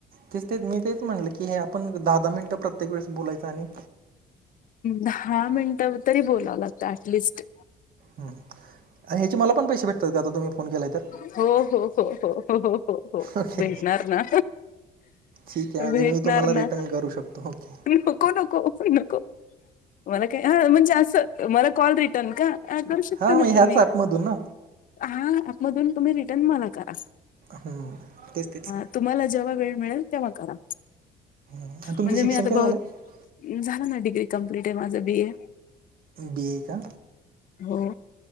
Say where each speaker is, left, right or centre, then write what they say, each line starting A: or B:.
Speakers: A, on the right (about 60°); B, on the left (about 55°).
A: ठीक तेच मी तेच म्हणलं की हे आपण दहा दहा मिनटं प्रत्येक वेळेस बोलायचं आहे
B: दहा मिनिटं तरी बोलावं लागतं ऍटलिस्ट
A: आणि ह्याचे मला पण पैसे भेटतात का, आता तुम्ही फोन केलाय तर
B: हो हो हो हो हो हो हो हो
A: ओके
B: भेटणार ना
A: ठीक आहे म्हणजे
B: भेटणार
A: मी तुम्हाला
B: ना,
A: रिटर्न करू शकतो ओके
B: नको नको पण नको मला काय हा म्हणजे असं, मला कॉल रिटर्न का, हां करू शकता
A: हां
B: ना
A: मग ह्याच
B: तुम्ही
A: ॲपमधून ना
B: हां, मधून तुम्ही रिटर्न मला करा
A: हो तेच
B: हा,
A: तेच.
B: तुम्हाला जेव्हा वेळ मिळेल, तेव्हा करा,
A: आणि तुमचं
B: म्हणजे
A: शिक्षण
B: मी आता
A: काय
B: बहु
A: झालं आहे
B: झालं ना डिग्री कम्प्लीट आहे माझं बी ए
A: बी ए का,
B: हो